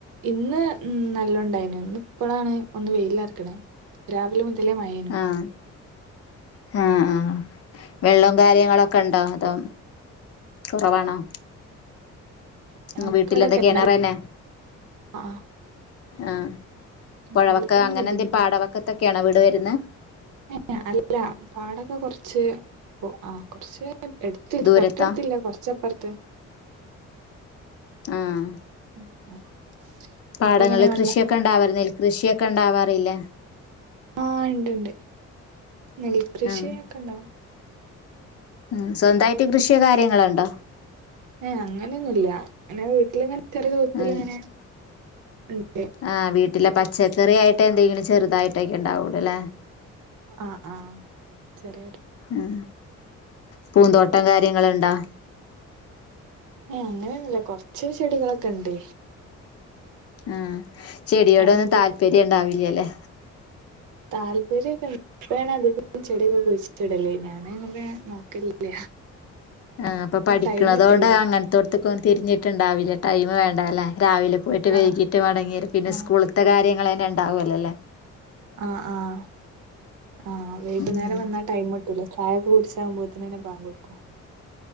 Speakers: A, on the right; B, on the left.
A: ഇന്ന് നല്ലോണ്ടായിന് ഇന്ന് ഇപ്പോഴാണ് ഒന്ന് വെയിലറിക്ക്ന്ന് രാവിലെ മുതലേ മഴ
B: ആ ആഹ് ആഹ് വെള്ളം കാര്യങ്ങളൊക്കെ ഉണ്ടോ അതോ കുറവാണോ
A: ഞങ്ങക്ക്
B: ഉം വീട്ടില
A: ഇവിടെ
B: എന്തൊക്കെയ
A: കിണർ
B: കേണരെന്നെ
A: ആ
B: ആഹ് പുഴവക്ക
A: വെള്ളത്തിനൊന്നും
B: അങ്ങനെ
A: ബുദ്ധിമുട്ട്
B: എന്തെങ്കലും പാടവക്കത്തൊക്കെയാനൊ വീട് വരുന്ന
A: ഏഹ് ഏഹ് അല്ല പാടൊക്കെ കുറച്ച് ആ കുറച്ച് എടുത്
B: ദൂരത്താ
A: തൊട്ടടുത്തില്ല കുറച്ചപ്പുറത്ത്
B: ആഹ്
A: <inaudible>
B: പടങ്ങളിൽ കൃഷിയൊക്കെണ്ടാവാരിലെ
A: വെള്ളൊക്കെ
B: നെൽകൃഷിയൊക്കെ ഉണ്ടാവാറിലെ
A: ആഹ് ഇണ്ട്ണ്ട് നെൽ കൃഷിക്കെണ്ടാവും
B: ആഹ് മ്മ് സ്വന്തമായിട്ട് കൃഷിയോ കാര്യങ്ങളുണ്ടോ
A: ഏഹ് അങ്ങനെയൊന്നുമല്ല എൻ്റെ വീട്ടിലിങ്ങനെ ചെറിയ തോതില്
B: ഉം
A: ഇങ്ങനെ ഇണ്ട്
B: ആഹ് വീട്ടിലെ പച്ചക്കറി ആയിട്ട് എന്തെങ്കിലും ചെറുതായിട്ടൊക്കെ ഉണ്ടാവൂുള്ളൂ അല്ലെ
A: ആഹ് ആഹ് ചെറിയ
B: ഉം പൂന്തോട്ടം കാര്യങ്ങളുണ്ടാ
A: ഏയ് അങ്ങനെയൊന്നുല്ല കൊറച്ച് ചെടികളൊക്കെ ഇണ്ട്
B: ആഹ് ചെടിയോടൊന്നും
A: അല്ലെങ്കി
B: താല്പര്യം ഉണ്ടാവില്ലല്ലേ
A: താല്പര്യൊക്ക ഇപ്പെണ് അധികചെടിയൊക്കെ കുഴിച്ചിടല്ല് ഞാനങ്ങനെ നോക്കലില്ല
B: ആഹ് ഇപ്പൊ പഠിക്കണതുകൊണ്ട്
A: ടൈം കിട്ടില്ല
B: അങ്ങനത്തെടത്തൊക്കെ ഒന്ന് തിരിഞ്ഞ ട്ടുണ്ടാവില്ല ടൈംവേണ്ടല്ലേ രാവിലെ പോയിട്ട് വൈകിട്ട്
A: ആഹ്
B: മടങ്ങിവരും പിന്നെ
A: ആഹ്
B: സ്കൂൾ സ്കൂൾത്തെ കാര്യങ്ങൾ തന്നെ ഉണ്ടാവൂലെലേ
A: ആഹ് ആഹ് ആഹ് വൈകുന്നേരം
B: ഉം
A: വന്നാ ടൈമ ചായൊക്കെ കുടിച്ചാകുബോത്തിന്നെ പാക് കൊടുക്കും